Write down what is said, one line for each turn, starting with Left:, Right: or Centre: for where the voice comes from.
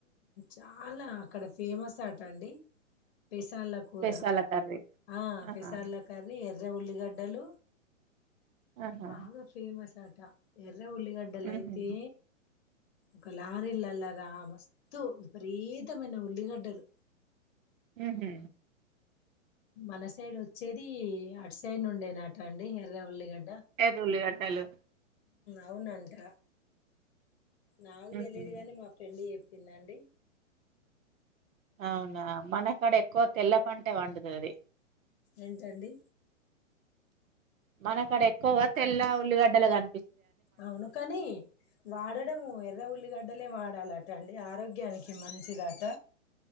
Left: చాలా అక్కడ ఫేమస్ అటండి పెసల్ల కూర
Right: పెసల కర్రీ.
Left: ఆ
Right: ఆహా!
Left: పెసల్ల కర్రీ ఎ ఎర్ర ఉల్లిగడ్డలు
Right: ఆహా!
Left: బాగా ఫేమస్ అట ఎ ఎర్ర ఉల్లిగడ్డల
Right: హుహు.
Left: అయితె ఒక లారీ లల్లా రా మస్తు పరీతమైన ఉల్లిగడ్డలు
Right: హూ
Left: మన సైడ్ వచ్చేది అటు సైడ్ నుండెనట అండి ఎర్రఉల్లిగడ్డ
Right: ఎర్ర ఉల్లిగడ్డలు
Left: అవునంట నాకు
Right: హుహు.
Left: తెలియదు గానీ మా ఫ్రెండ్ చెప్పిందండి
Right: అవునా మనకాడ ఎక్కువ తెల్ల పంటే పండుతది
Left: ఏంటండి
Right: మనకాడ ఎక్కువ తెల్ల ఉల్లిగడ్డలు గా
Left: అవును కాని వాడడము ఎర్ర ఉల్లిగడ్డలే వాడాలటండి ఆరోగ్యానికి మంచిదాట